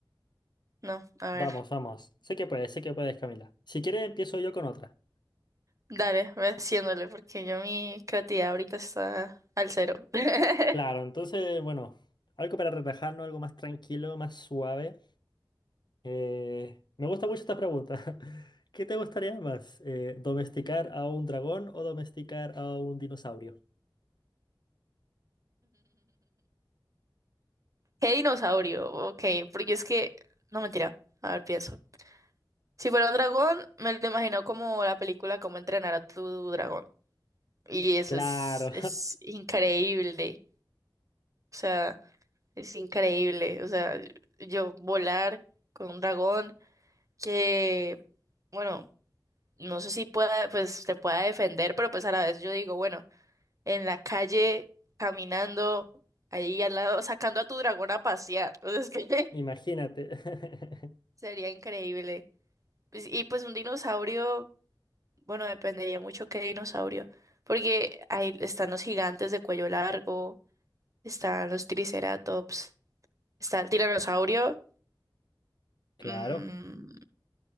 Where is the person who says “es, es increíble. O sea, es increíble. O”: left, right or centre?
Right